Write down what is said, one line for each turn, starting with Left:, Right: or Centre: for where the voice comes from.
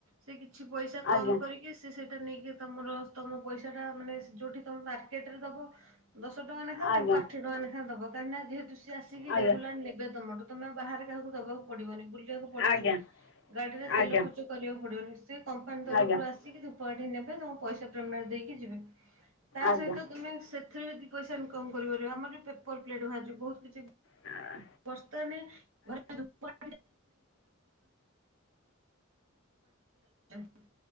Right: ସେ କିଛି ପଇସା କମ
Left: ଆଜ୍ଞା
Right: କରିକି ସେ ସେଇଟା ନେଇକି ତମର ତମ ପଇସା ଟା ମାନେ ଯୋଉଠି ତମେ ମାର୍କେଟ ରେ ଦବ ଦଶ ଟଙ୍କାନେଖାଁ
Left: ଆଜ୍ଞା
Right: ତାଙ୍କୁ ଆଠ ଟଙ୍କାେଖାଁ ଦବା କାହିଁକିନା ଯେହେତୁ ଆସିକି
Left: ଆଜ୍ଞା
Right: ରେଗୁଲାର ନେବେ ତମଠୁ ତମେ ଆଉ ବାହାରେ ତାକୁ ଦବାକୁ ପଡିବନି। ବୁଲିବାକୁ ପଡିବନି।
Left: ଆଜ୍ଞା
Right: ଗାଡିରେ
Left: ଆଜ୍ଞା
Right: ତେଲ ଖର୍ଚ୍ଚ କରିବାକୁ ପଡିବନି। ସେ କମ୍ପାନୀ
Left: ଆଜ୍ଞା
Right: ତରଫରୁ ଆସିକି ଧୂପ କାଠି ନେବେ ତମ ପଇସା ପେମେଣ୍ଟ ଦେଇକି ଯିବେ। ତା
Left: ଆଜ୍ଞା
Right: ସହିତ ତମେ ସେଥିରେ ବି ଦି ପଇସା ଇନକମ୍ କରିପାରିବ। ଆମର ବି ପେପର ପ୍ଲେଟ ବାହାରିିଛି ବହୁତ କିଛି
Left: ଆଁ
Right: ବସ୍ତା ନେ ଘରେ ଖାଇଦବୁ। <unintelligible>